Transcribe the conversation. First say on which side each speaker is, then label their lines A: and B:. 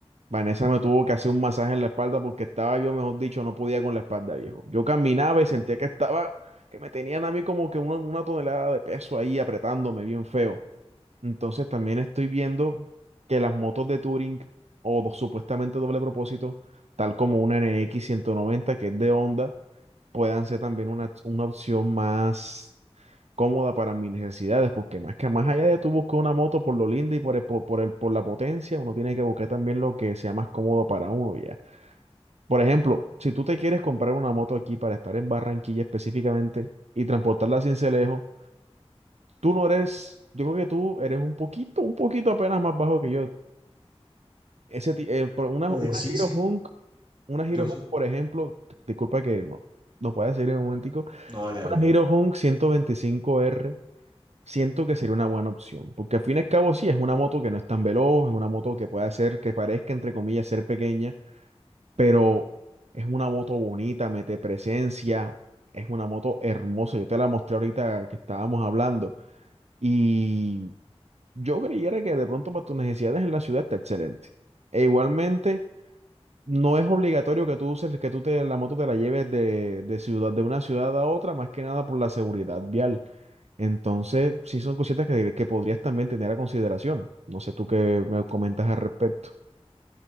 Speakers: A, on the right; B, on the right.
A: Vanessa me tuvo que hacer un masaje en la espalda porque estaba yo, mejor dicho, no podía con la espalda, viejo. Yo caminaba y sentía que estaba, que me tenían a mí como que una, una tonelada de peso ahí apretándome bien feo. Entonces también estoy viendo que las motos de Touring o do- supuestamente doble propósito, tal como una N X 190 que es de Honda, puedan ser también una, una opción más cómoda para mis necesidades, porque más que más allá de tú buscar una moto por lo linda y por el, po- por, el, por la potencia, uno tiene que buscar también lo que sea más cómodo para uno ya. Por ejemplo, si tú te quieres comprar una moto aquí para estar en Barranquilla específicamente y transportarla a Sincelejo, Tú no eres, yo creo que tú eres un poquito, un poquito apenas más bajo que yo. Ese, ti- eh, por una,
B: Eh,
A: una
B: sí,
A: Hero
B: sí,
A: Hunk, una Hero
B: yo
A: Hunk,
B: soy...
A: por ejemplo, t- disculpa que no, nos puedes seguir en un momentico,
B: No, dale, dale.
A: una Hero Hunk ciento veinticinco r siento que sería una buena opción, porque al fin y al cabo sí, es una moto que no es tan veloz, es una moto que puede hacer, que parezca, entre comillas, ser pequeña, pero es una moto bonita, mete presencia, es una moto hermosa, yo te la mostré ahorita que estábamos hablando. Y Yo creyera que de pronto para tus necesidades en la ciudad está excelente. E igualmente, no es obligatorio que tú uses, que tú te, la moto te la lleves de, de ciudad, de una ciudad a otra, más que nada por la seguridad vial. Entonces, sí son cositas que, que podrías también tener a consideración. No sé tú qué me comentas al respecto.